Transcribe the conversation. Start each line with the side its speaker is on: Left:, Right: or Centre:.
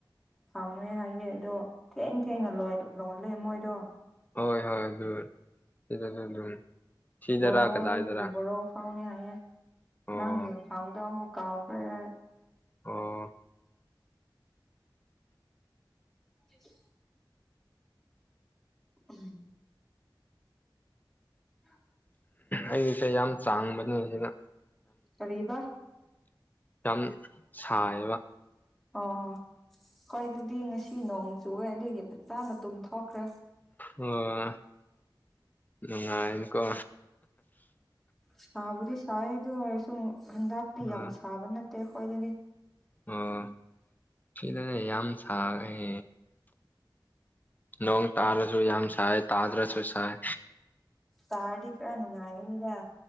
Centre: ꯐꯝꯃꯦ ꯍꯥꯏꯌꯦ ꯑꯗꯣ ꯊꯦꯡ ꯊꯦꯡꯉ ꯂꯣꯏ ꯂꯣꯜꯂ ꯃꯣꯏꯗꯣ
Left: ꯍꯣꯏ ꯍꯣꯏ ꯍꯣꯏ ꯁꯤꯅ ꯑꯗꯨ ꯁꯤꯗꯔꯥ
Centre: ꯔꯣꯗꯒ
Left: ꯀꯗꯥꯏꯗꯔꯥ
Centre: ꯔꯣ ꯐꯥꯎꯅꯤ ꯍꯥꯏ
Left: ꯑꯣ
Centre: ꯅꯪꯒꯦ ꯐꯪꯗ ꯀꯥꯎꯈꯔ
Left: ꯑꯥ
Centre: ꯑꯗꯨ ꯎ ꯑ
Left: ꯑꯩꯁꯦ ꯌꯥꯝ ꯆꯥꯡꯕꯅꯦꯅ
Centre: ꯇꯔꯤꯕꯥ
Left: ꯌꯥꯝ ꯁꯥꯏꯌꯦꯕ
Centre: ꯑꯣ ꯍꯣꯏ ꯑꯗꯨꯗꯤ ꯉꯁꯤ ꯅꯣꯡ ꯆꯨꯑꯦ ꯑꯗꯨꯒꯤ ꯐꯖꯥꯅ ꯇꯨꯝꯊꯣꯛꯈ꯭ꯔꯦ
Left: ꯑꯣ ꯅꯨꯡꯉꯥꯏꯑꯅꯀꯣ
Centre: ꯁꯥꯕꯨꯗꯤ ꯁꯥꯏ ꯑꯗꯨ ꯑꯣꯏꯔꯁꯨ ꯍꯟꯗꯛꯇꯤ ꯌꯥꯝ
Left: ꯑ
Centre: ꯁꯥꯕ ꯅꯠꯇꯦ ꯑꯩꯈꯣꯏꯗꯗꯤ
Left: ꯑꯣ ꯁꯤꯗꯅꯦ ꯌꯥꯝ ꯁꯥꯈꯦ ꯅꯣꯡꯣꯡ ꯇꯥꯔꯁꯨ ꯌꯥꯝ ꯁꯥꯏ ꯇꯥꯗ꯭ꯔꯁꯨ ꯁꯥꯏ
Centre: ꯇꯥꯗꯤ ꯀꯔ ꯅꯨꯡꯉꯥꯏꯅꯤꯗ